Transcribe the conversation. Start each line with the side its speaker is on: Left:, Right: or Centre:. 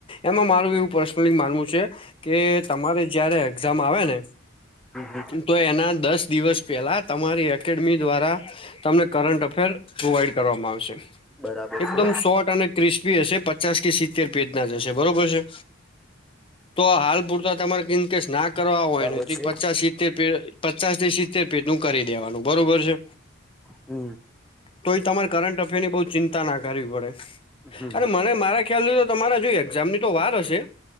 Left: એમાં મારું એવું પર્સનલી માનવું છે કે તમારે જય્યારે એક્ઝામ આવે ને
Centre: હમ હમ
Left: તો એના દસ દિવસ પેલા તમારી એકેડમી દ્વારા તમને કરંટ અફેર પ્રોવાઈડ કરવામાં આવશે.
Centre: બરાબર
Left: એકદમ
Centre: છે
Left: સોર્ટ અને ક્રિસ્પી હશે, પચાસ કે સિત્તેર પેજના થશે બરોબર છે. તો હાલ પૂરતા તમારે ઇન કેસ ના કરવા હોયને
Centre: બરાબર છે
Left: પચાસ સિત્તેર પ પચાસ થી સિત્તેર પેજનું કરી દેવાનું બરોબર છે.
Centre: હમ્મ.
Left: તોએ તમારે કરંટ અફેરની બહ ચિંતા ના કરવી પડે,
Centre: હમ
Left: અરે મને મારે ખ્યાલ <unintelligible> તો તમારા જો એક્ઝામની તો વાર હશે